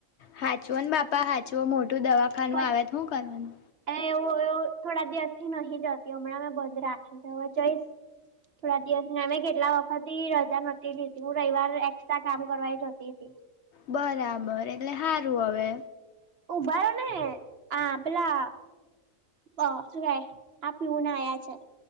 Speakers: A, on the left; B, on the right.
A: હાંચવોને બાપા હાંચવો મોટું દવાખાનું
B: પછી
A: આવે તો શું કરવાનું
B: એવું એવું એવ થોડા દિવસથી નહી જતી હમણાં મેં બંધ રાખી છે હવે જઈસ થોડા દિવસને અમે કેટલા વખતથી રજા નથી લીધી હું રવિવાર એકસ્ટ્રા કામ કરવા જતી હતી.
A: બરાબર એટલે સારું હવે
B: ઉભા રહો ને આ પેલા અ શું કેય આ પીયુન આયા છે.